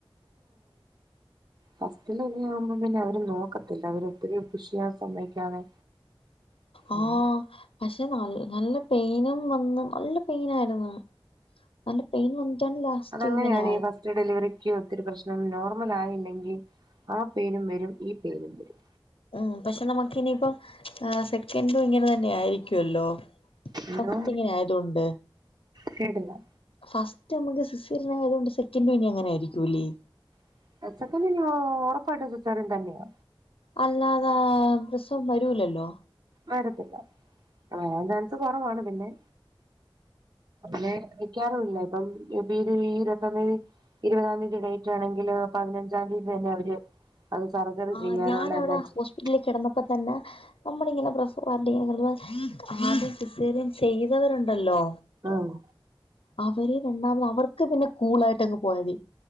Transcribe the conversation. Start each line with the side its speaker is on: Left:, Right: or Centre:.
Right: ഫസ്റ്റിലന്നെ ആവുമ്പം പിന്നെ അവരും നോക്കത്തില്ല അവര് ഒത്തിരി പുഷ് ചെയ്യാൻ സമ്മതിക്കാതെ
Left: ആഹ്
Right: ഉം
Left: പക്ഷെ നല്ല നല്ല പെയിനും വന്ന് നല്ല പെയിനായിരുന്നു നല്ല പെയിൻ വന്നിട്ടാണ് ലാസ്റ്റ്
Right: അതങ്ങനെയാണ്
Left: ഇങ്ങനെ ആയത്
Right: ഈ ഫസ്റ്റ് ഡെലിവറിക്ക് ഒത്തിരി പ്രശ്നം നോർമൽ ആയില്ലെങ്കിൽ ആ പേരും വരും ഈ പേരും വരും
Left: ഉ പക്ഷെ നമുക്ക് ഇനിയിപ്പം സെക്കെന്റും ഇങ്ങനെ തന്നെ ആയിരിക്കുവല്ലോ
Right: എന്തോ
Left: ഫസ്റ്റ് ഇങ്ങനെയായതൊണ്ട്
Right: കേട്ടില്ല
Left: ഫസ്റ്റ് നമുക്ക് സിസ്റിന ആയത് കൊണ്ട് സെക്കൻഡ് ഇനി അങ്ങനെ ആയിരിക്കുംല്ലേ
Right: <unintelligible> ഒറപ്പായിട്ടും സച്ചറൻ തന്നെയാ
Left: അല്ലാതെ രസം വരൂലല്ലോ
Right: വരത്തില്ല ആ രണ്ടും കുറവാണ് പിന്നെ ന്നെ വെക്കാറുമില്ല ഇപ്പം ഇ ഒരു ഇരുപത്തൊന്ന് ഇരുപതാം തീയതി ഡേറ്റ് ആണെങ്കില് പതിനഞ്ചാം തീയതി തന്നെ അവര് അത് സർജറി
Left: ആ
Right: ചെയ്യാനുള്ള
Left: ഞാനവിടെ
Right: എല്ലാം
Left: ഹോസ്പിറ്റല്
Right: ചെയ്യും
Left: കിടന്നപ്പോ തന്നെ നമ്മളിങ്ങനെ പ്രസവ വാർഡിലിങ്ങനെ കെടക്കുമ്പോ ആദ്യം സിസേറിയൻ ചെയ്തവരുണ്ടല്ലോ
Right: ആഹ്
Left: അവര് രണ്ടാമത് അവർക്ക് പിന്നെ കൂളായിട്ടങ്ങ് പോയാതി